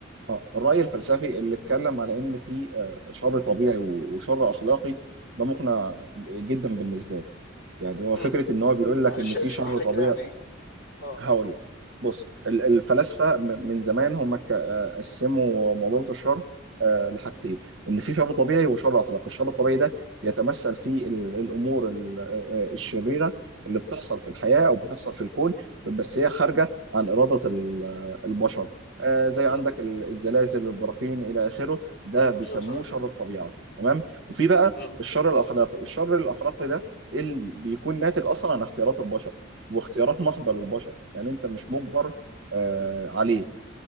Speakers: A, on the right (about 65°); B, on the left (about 45°).
A: اه الراي الفلسفي اللي اتكلم على ان في آه، شر طبيعي و- وشر اخلاقي ده مقنع جدا بالنسبه لي يعني هو
B: امم
A: فكره ان هو بيقول
B: معلش
A: لك ان في
B: اشرح
A: شر
B: لي
A: طبيعي
B: كده يعني إيه أه
A: هقول بص ال- الفلاسفه م- من زمان هم ك- آه، قسموا معضله الشر آه، لحاجتين ان في شر طبيعي وشر اخلاقي الشر الطبيعي ده بيتمثل في ال- الامور ال- آه، آه، الشريره اللي بتحصل في الحياه او بتحصل في الكون بس هي خارجه عن اراده ال- آه، البشر آه، زي
B: امم
A: عندك ال- الزلازل البراكين الى اخره ده بيسموه
B: أيوه صح
A: شر الطبيعه تمام وفي بقى
B: امم
A: الشر الاخلاقي الشر الاخلاقي ده اللي بيكون ناتج اصلا عن اختيارات البشر واختيارات محضة للبشر يعني انت مش مجبر آه عليه